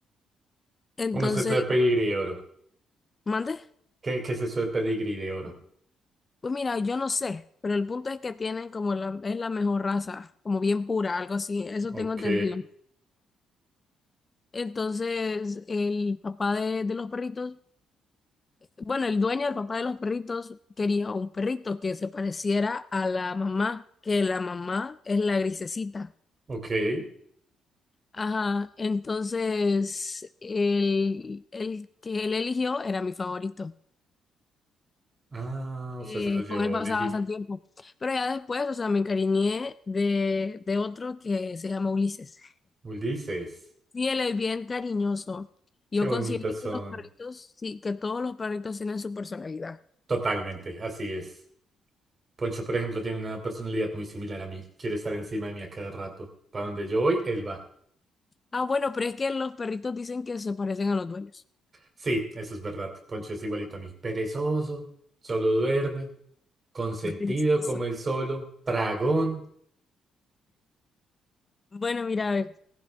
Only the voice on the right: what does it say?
¿Cómo está eso de pedigrí, oro?
¿Qué, qué es eso de pedigrí de oro?
Ok,
ok.
Ah, o sea,
se los llevó
legítimo.
Ulises,
qué bonitos
son.
Totalmente, así es. Poncho, por ejemplo, tiene una personalidad muy similar a mí. Quiere estar encima de mí a cada rato. Para donde yo voy, él va.
Sí, eso es verdad. Poncho es igualito a mí. Perezoso, solo duerme, consentido
como él solo, tragón.